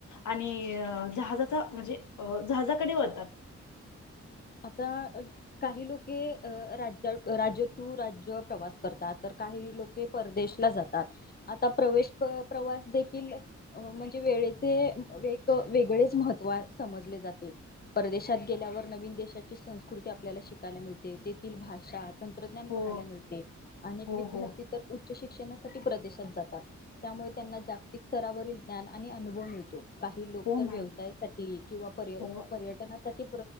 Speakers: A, on the left (about 85°); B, on the left (about 30°).
A: आणि जहा जाचा म्हणजे जहाजाकडे वळतात.
B: आता काही लोक की अ राज राज्य, टू राज्य, प्रवास करतात तर काही लोके परदेशला जातात, आता प्रवेश प प्रवास देखील अ म्हणजे? वेळेते म वेग. वेगळेच महत्त्व समजले जाते, परदेशात गेल्यावर नवीन देश. त्याची संस्कृती, आपल्याला शिकायला मिळते तेथील भाषा. तंत्रज्ञान
A: हो
B: पहायला मिळते आणि
A: हो
B: विद्यार्थी
A: हो
B: तर उच्च शिक्षणासाठी प्रदेशात जातात, त्यामुळे त्यांना जागतिक स्तरावरील ज्ञान आणि अनुभव मिळतो. काही लोक
A: हो
B: तर
A: मॅम
B: व्यवसायासाठी किंवा पर्य
A: हो
B: पर्यटनासाठी